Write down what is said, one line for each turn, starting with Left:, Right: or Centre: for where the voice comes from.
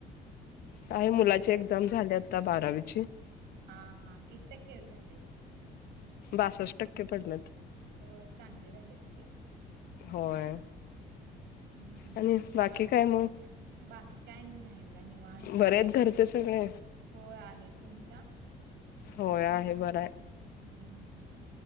Left: काय मुलाची एक्झाम झाल्या आता बारावीची
Right: हा हा किती टक्के झाले
Left: बासष्ट टक्के पडलेत
Right: हो चांगले झालेत की
Left: होय
Right: हम् हम्
Left: आणि बाकी
Right: आणि
Left: काय मग
Right: बाकी काय नाही बघा निवणत
Left: बरे
Right: सगळं
Left: आहेत घरचे सगळे
Right: हो आहेत तुमच्या
Left: होय आहे बर आहे
Right: हम्म हम्म